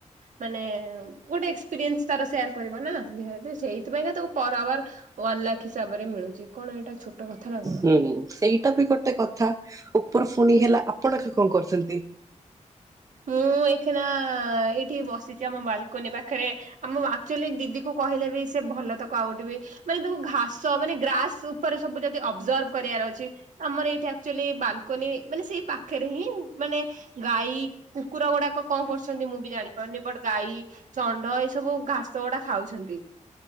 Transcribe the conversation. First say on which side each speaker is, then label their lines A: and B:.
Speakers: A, on the right; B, on the right.
A: ମାନେ ଗୋଟେ ଏକ୍ସପିରିଏନ୍ସ ତାର ସେୟାର କରିବନା ସେଇଥିପାଇଁ କା ତାକୁ ପର ଆୱାର ୱାନ ଲାଖ ହିସାବରେ ମିଳୁଛି କଣ ଏଇଟା ଛୋଟ କଥା ନା କଣ
B: ହୁଁ ସେଇଟା ବି ଗୋଟେ କଥା ଉପର ପୁଣି
A: ହୁଁ।
B: ହେଲା ଆପଣ କଣ କରୁଛନ୍ତି?
A: ମୁଁ ଏଇଖିନା ଏଇଠି ବସିଛି ଆମ ବାଲକୋନି ପାଖରେ ଆ ମୁଁ ଆକ୍ଚୁଆଲି ଦିଦି କୁ କହିଲେ ବି ସେ ଭଲ ତାକୁ ଆଉଠି ବି ମାନେ ତମ ଘାସ ମାନେ ଗ୍ରାସ ଉପରେ ସବୁ ଯଦି ଅବଜର୍ଭ କରିବାର ଅଛି ଆମର ଏଇଠି ଆକ୍ଚୁଆଲି ବାଲକୋନି ମାନେ ସେଇ ପାଖରେ ହିଁ ମାନେ ଗାଈ କୁକୁର ଗୁଡାକ କଣ କରୁଛନ୍ତି ମୁଁ ବି ଜାଣିପାରୁନି ବଟ ଗାଈ ଷଣ୍ଡ ଏଇ ସବୁ ଘାସ ଗୁଡା ଖାଉଛନ୍ତି